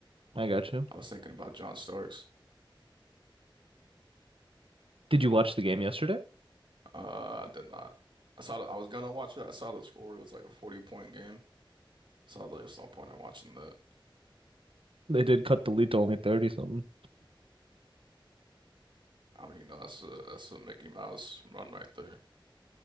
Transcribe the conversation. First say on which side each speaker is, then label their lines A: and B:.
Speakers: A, on the right; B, on the right.
A: I got you.
B: I was thinking about John Starks.
A: Did you watch the game yesterday?
B: Uh, I did not. I saw. The, I was gonna watch it. I saw the score. It was like a 40 point game. So I was like, there's no point in watching that.
A: They did cut the lead to only 30 something.
B: I mean, you know, that's a that's a Mickey Mouse run right there.